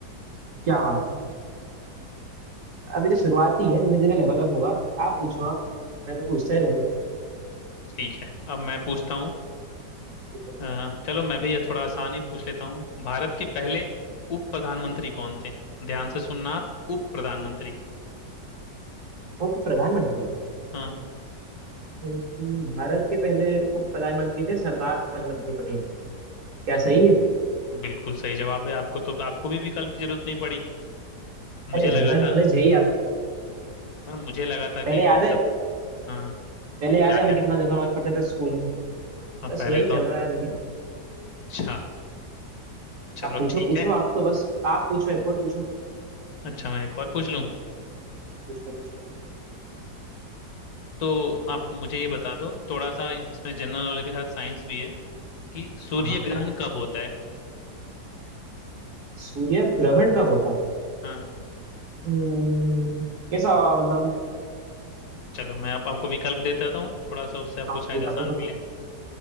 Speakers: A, on the right; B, on the left.
A: क्या बात है अभी तो शुरुआत ही है धीरे धीरे लेवल अप होगा आप पूछो आप मैं तो पूछता ही रहूंगा
B: ठीक है अब मैं पूछता हूँ
A: पूछो पूछो
B: अ, चलो मैं भी ये थोड़ा आसान ही पूछ लेता हूँ भारत के पहले उप प्रधानमंत्री कौन थे ध्यान से सुनना आप उप प्रधानमंत्री
A: उप प्रधानमंत्री
B: हाँ
A: हम्म, भारत के पहले उप प्रधानमंत्री थे सरदार वल्लभ भाई पटेल क्या सही
B: अरे,
A: है
B: बिल्कुल सही जवाब है आपको तो आपको भी विकल्प की जरूरत नहीं पड़ी मुझे
A: अरे
B: लगा
A: जनरल
B: था
A: नॉलेज है ही यार
B: पर मुझे लगा था कि
A: पहले याद
B: मतलब
A: है
B: हाँ
A: पहले याद
B: क्या
A: है हम
B: क्या
A: कितना जनरल नॉलेज पढ़ते थे स्कूल में
B: अब
A: बस
B: पहले
A: वही
B: तो
A: चल
B: हम
A: रहा है अभी भी
B: अच्छा चलो
A: आप पूछो
B: ठीक
A: पूछो
B: है
A: आप तो बस आप पूछो एक और पूछो
B: अच्छा मैं एक और पूछ लूँ
A: पूछो पूछो
B: तो आप मुझे ये बता दो थोड़ा सा इसमें जनरल नॉलेज के साथ साइंस भी है कि सूर्य
A: हाँ हाँ
B: ग्रहण कब होता है
A: सूर्य ग्रहण कब होता है
B: हाँ
A: हम्म, कैसा मतलब
B: चलो मैं आप, आपको विकल्प दे देता हूँ थोड़ा सा उससे आपको
A: हाँ,
B: शायद
A: विकल्प
B: आसान
A: दे दो
B: मिले